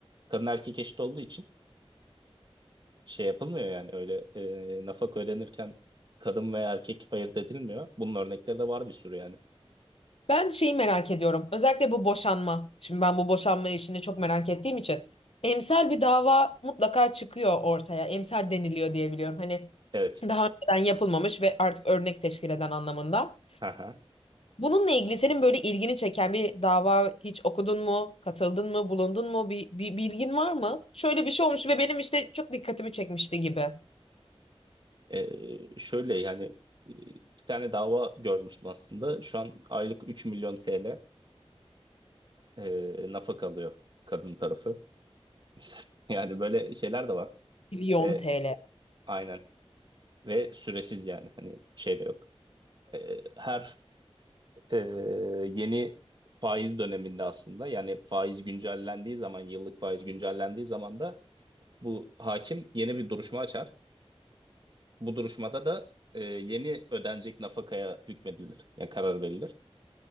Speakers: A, on the right; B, on the left.
A: kadın erkek eşit olduğu için şey yapılmıyor yani öyle e, nafaka ödenirken kadın veya erkek ayırt edilmiyor. Bunun örnekleri de var bir sürü yani.
B: Ben şeyi merak ediyorum. Özellikle bu boşanma. Şimdi ben bu boşanma işini çok merak ettiğim için. Emsal bir dava mutlaka çıkıyor ortaya. Emsal deniliyor diye biliyorum. Hani
A: Evet.
B: daha önceden yapılmamış ve artık örnek teşkil eden anlamında.
A: Haha.
B: Bununla ilgili senin böyle ilgini çeken bir dava hiç okudun mu? Katıldın mı? Bulundun mu? Bir, bir bilgin var mı? Şöyle bir şey olmuş ve benim işte çok dikkatimi çekmişti gibi.
A: E, şöyle yani e, bir tane dava görmüştüm aslında. Şu an aylık 3 milyon TL e, nafaka alıyor kadın tarafı. <laughs> Yani böyle şeyler de var
B: Milyon
A: ve
B: TL.
A: aynen ve süresiz yani hani şey de yok. E, her e, yeni faiz döneminde aslında yani faiz güncellendiği zaman yıllık faiz güncellendiği zaman da bu hakim yeni bir duruşma açar. Bu duruşmada da e, yeni ödenecek nafakaya hükmedilir. Yani karar verilir.